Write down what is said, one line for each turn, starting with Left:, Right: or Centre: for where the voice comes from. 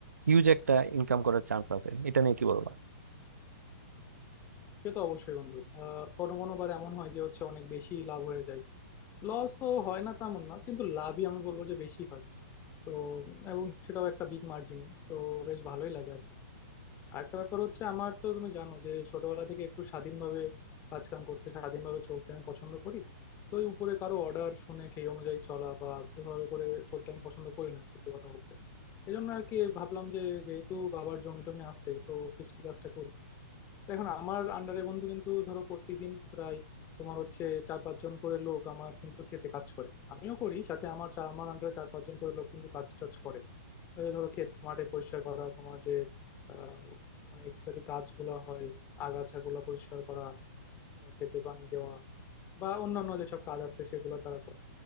Right: হিউজ একটা ইনকাম করার চান্স আছে এটা নিয়ে কি বলবো
Left: সে তো অবশ্যই বন্ধু আর কোনো কোনো বার এমন হয় যে হচ্ছে অনেক বেশি লাভ হয়ে যায় লসও হয় না তেমন না কিন্তু লাভই আমি বলবো যে বেশি হয় তো উম, এবং সেটাও একটা বিগ মার্জিনে তো বেশ ভালোই লাগে আর কি। আরেকটা ব্যাপার হচ্ছে আমার তো তুমি জানো যে ছোটবেলা থেকে একটু স্বাধীনভাবে কাজ কাম করতে স্বাধীনভাবে চলতে আমি পছন্দ করি তো ওই উপরে কারো অর্ডার শুনে সেই অনুযায়ী চলা বা এভাবে করে চলতে আমি পছন্দ করি না সত্যি কথা বলতে এই জন্য আর কি ভাবলাম যে যেহেতু বাবার জমি টমি আছে তো কৃষি কাজটা করি তো এখন আমার আন্ডারে বন্ধু কিন্তু ধরো প্রতিদিন প্রায় তোমার হচ্ছে চার পাঁচজন করে লোক আমার কিন্তু খেতে কাজ করে আমিও করি সাথে আমার চা- আমার আন্ডারে চার পাঁচজন করে লোক কিন্তু কাজ টাজ করে ওই যে ধরো ক্ষেত মাঠে পরিষ্কার করা তোমার যে আহ, মানে এক্সট্রা যে গাছগুলো হয় আগাছাগুলো পরিষ্কার করা আহ, ক্ষেতে পানি দেওয়া বা অন্যান্য যেসব কাজ আছে সেগুলো তারা করে